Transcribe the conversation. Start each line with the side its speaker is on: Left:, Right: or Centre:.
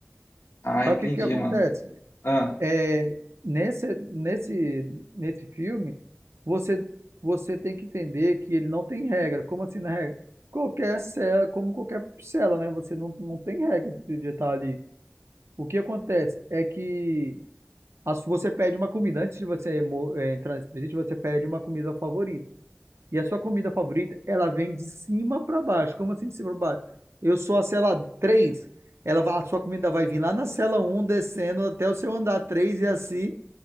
Left: Ah,
Right: Só
Left: entendi,
Right: que o que acontece?
Left: mano. Ah,
Right: é, nesse, nesse, nesse filme, você, você tem que entender que ele não tem regra. Como assim na regra? Qualquer cela, como qualquer cela, né? Você não, não tem regra de, de estar ali. O que acontece é que a, su- você pede uma comida. Antes de você mo- eh, entrar nesse presídio, você pede uma comida favorita. E a sua comida favorita, ela vem de cima para baixo. Como assim de cima para baixo? Eu sou a cela três Ela, va- a sua comida vai vir lá na cela um descendo até o seu andar 3 e assim